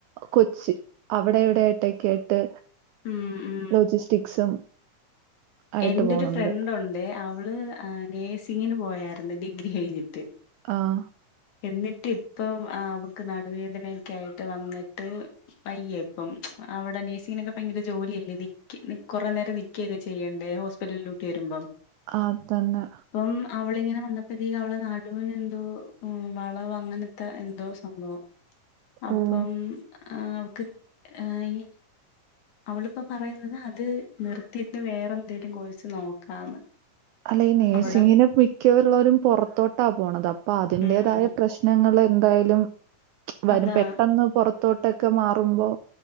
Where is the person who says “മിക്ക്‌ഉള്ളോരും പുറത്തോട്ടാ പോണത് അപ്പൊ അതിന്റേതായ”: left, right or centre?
Right